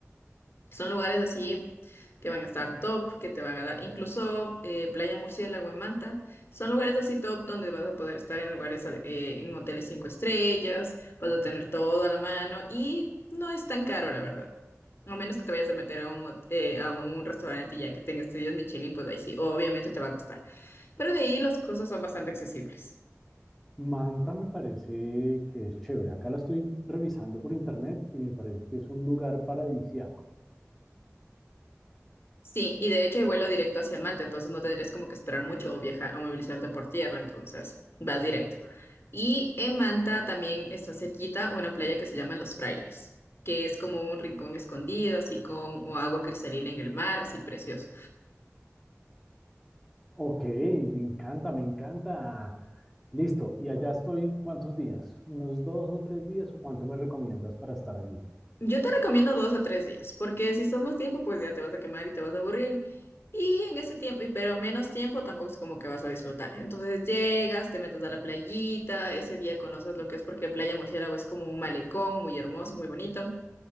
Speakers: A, on the left; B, in the centre.
A: son lugares así que van a estar top, que te van a dar, incluso eh, Playa Murciélago en Manta, son lugares así top donde vas a poder estar en lugares, eh, en hoteles cinco estrellas, vas a tener todo a la mano y no es tan caro, la verdad. A menos que te vayas a meter a un, hot- eh, a un restaurante y ya que tengas estudios Michelin, pues ahí sí, obviamente te va a costar. Pero de ahí las cosas son bastante accesibles.
B: Manta me parece que es chévere. Acá la estoy revisando por internet y me parece que es un lugar paradisiaco.
A: Sí, y de hecho hay vuelo directo hacia Manta, entonces no tendrías como que esperar mucho o viajar o movilizarte por tierra, entonces vas directo. Y en Manta también está cerquita una playa que se llama Los Frailes, que es como un rincón escondido, así con o agua cristalina en el mar, así precioso.
B: Ok, me encanta, me encanta. Listo, y allá estoy, ¿cuántos días? ¿Unos dos o tres días o cuánto me recomiendas para estar allí?
A: Yo te recomiendo dos a tres días, porque si son más tiempo, pues ya te vas a quemar y te vas a aburrir. Y en ese tiempo, y pero menos tiempo, tampoco es como que vas a disfrutar. Entonces llegas, te metes a la playita, ese día conoces lo que es, porque Playa Murciélago es como un malecón muy hermoso, muy bonito.